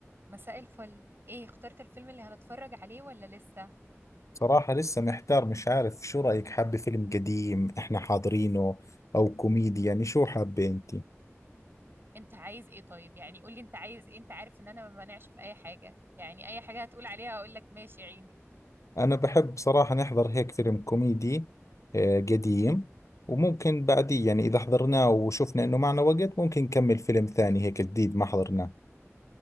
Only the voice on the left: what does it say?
صراحة لسه محتار مش عارف شو رأيك حابة فيلم قديم احنا حاضرينه او كوميدي يعني شو حابة انتي
انا بحب صراحة نحضر هيك فيلم كوميدي آه، قديم وممكن بعديه يعني اذا حضرناه وشفنا انه معنا وقت ممكن نكمل فيلم ثاني هيك جديد ما حضرناه